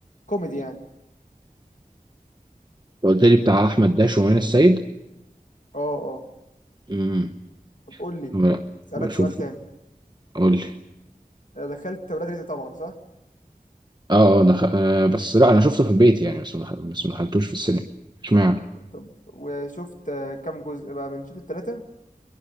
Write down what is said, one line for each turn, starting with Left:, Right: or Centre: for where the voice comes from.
Left: كوميدي يعني
Right: قلت لي بتاع احمد داش ومين السيد
Left: اه اه
Right: امم
Left: طب قول لي
Right: لا
Left: اسألك
Right: بشوفه
Left: سؤال تاني
Right: قول لي
Left: دخلت ولاد رزق طبعا صح
Right: اه اه دخ... آه بس لا انا شفته في البيت يعني بس ما دخل... بس ما دخلتوش في السينما اشمعنى
Left: طب وشفت آه، كام جزء بقى من شفت التلاتة